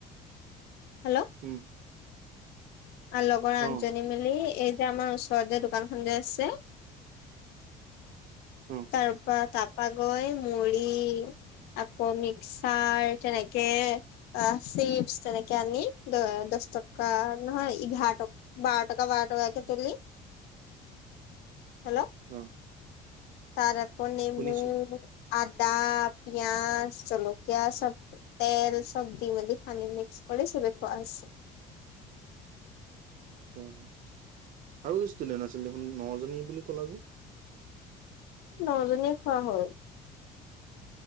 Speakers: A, on the left; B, on the right.
A: হেল্ল'।
B: উম,
A: আৰু লগৰ আঠজনী
B: অ',
A: মিলি এই যে আমাৰ ওচৰতে দোকানখন যে আছে
B: অ',
A: তাৰ পৰা তাপা গৈ মুৰি আকৌ মিক্সাৰ যেনেকে অ', চিপছ তেনেকে আনি দ-দহটকা নহয় এঘাৰো টকা। বাৰটকা বাৰটকাকে তুলি, হেল্ল'।
B: <unintelligible>
A: তৰকণি
B: শুনিছো
A: মোৰ আদা, পিয়াজ, জ্বলকীয়া চব। তেল চব দি মেলি খানি মিক্স কৰি চবে খোৱা হৈছে।
B: অ'। আৰু <unintelligible> দেখোন নজনী বুলি ক'লা যে।
A: নজনীয়ে খোৱা হ'ল।